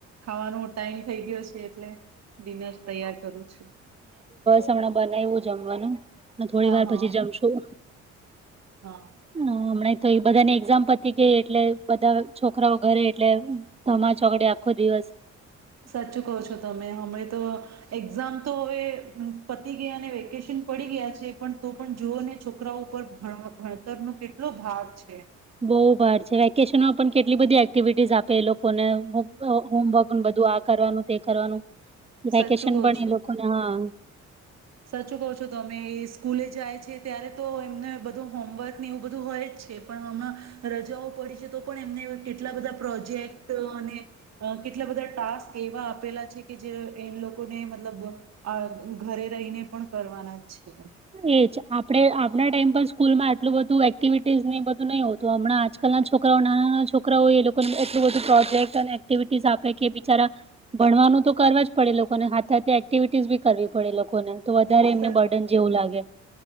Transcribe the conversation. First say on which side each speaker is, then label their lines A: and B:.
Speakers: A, on the right (about 60°); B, on the right (about 20°).
A: ખાવાનો ટાઈમ થઈ ગયો છે. એટલે ડિનર તૈયાર કરું છું.
B: મણા બનાવ્યું જમવાનું હ થોડી
A: હા
B: વાર
A: હા
B: પછી જમશું.
A: <inaudible>
B: હમણાં તો એ બધા ની એક્ઝામ પતી ગઈ, એટલે બધા છોકરાઓ ઘરે, એટલે ધમાચોકડી આખો દિવસ
A: સર્ચું કહો છો તમે હમણાં તો, એક્ઝામ તો હવે પતી ગયા ને વેકેશન પડી ગયા છે પણ તો પણ જોઓ ને છોકરાઓ ઉપર ભન ભણતરનો કેટલો ભાર છે.
B: બહુ ભાર છે વેકેશન માં પણ કેટલી બધી એક્ટિવિટીઝ આપે એ લોક કોને હોમ હોમવર્ક બધું આ કરવાનું તે કરવાનું. વેકેશન
A: સાચું કહો
B: બને
A: છો
B: લોકોને હા
A: સાચું કહો છો તમે એ સ્કૂલે જાય છે ત્યારે તો એમને બધું હોમવર્ક ને એવું બધું હોય જ છે પણ હમણાં, રજાઓ પડી છે, તો પણ એમને કેટલા બધા પ્રોજેક્ટ, અને કેટલા બધા ટાસ્ક એવા આપેલા છે કે જે એ લોકોને મતલબ આ ઘરે રઈ ને પણ કરવાના. જ છે
B: એજ આપડે આ હમણા ટાઈમ પર સ્કૂલ માં એટલું બધું એક્ટિવિટીઝ ને બધું નહીં હોતું હમણા આજકાલ ના છોકરાઓ નાના નાના છોકરાઓ એ લોકોને એટલું બધું પ્રોજેક્ટ અને એક્ટિવિટીસ આપે કે બિચારા, ભણવાનું તો કરવા જ પડે એ લોકોને હાથથે હાથે એક્ટિવિટીઝ બી કરવી પડે એ લોકોને. તો વધારે એમને
A: સચ
B: બર્ડન લાગે.